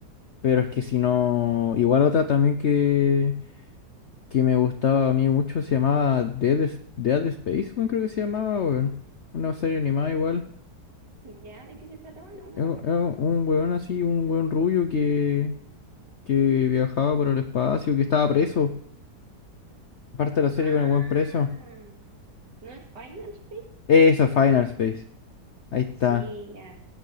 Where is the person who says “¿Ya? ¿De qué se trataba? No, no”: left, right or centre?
Right